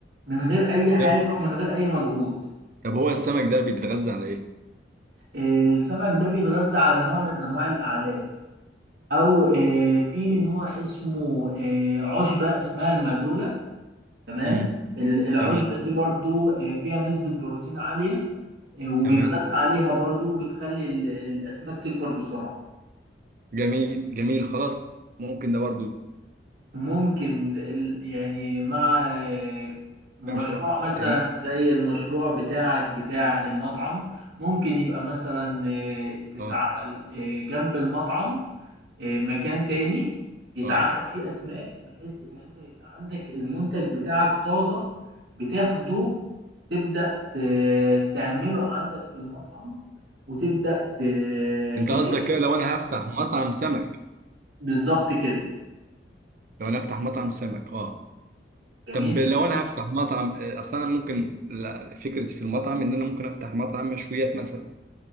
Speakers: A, on the right (about 70°); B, on the right (about 50°).
A: من غير أي حاجة
B: طب
A: ومن غير أي مجهود
B: طب هو السمك ده بيتغذى على ايه؟
A: آه، السمك ده بيتغذى على نوع من أنواع الأعلاف أو آه، في نوع اسمه آه، عشبة اسمها المازولا تمام
B: مم.
A: ال- العشبة
B: تمام
A: دي برضو آه، فيها نسبة بروتين عالية آه، وبيتغذى
B: تمام
A: عليها برضو بتخلي ال- الأسماك تكبر بسرعة
B: جميل جميل خلاص ممكن ده برضو
A: ممكن ال- يعني مع آه، مشروع
B: مشروع
A: مثلا
B: تاني
A: زي المشروع بتاعك بتاع المطعم ممكن يبقى مثلا آه، تتعمل
B: اه
A: آه، جنب المطعم آه، مكان تاني يتعمل
B: اه
A: فيه أسماك بحيث إن أنت يبقى عندك المنتج بتاعك طازة بتاخده تبدأ ت- تعمله عندك في المطعم وتبدأ ت-
B: انت
A: تبيعه
B: قصدك كده لو انا هفتح مطعم سمك
A: بالظبط كده
B: لو انا هفتح مطعم سمك اه
A: جميل
B: طب لو انا هفتح مطعم آه، اصل انا ممكن لا فكرتي في المطعم ان انا ممكن افتح مطعم مشويات مثلا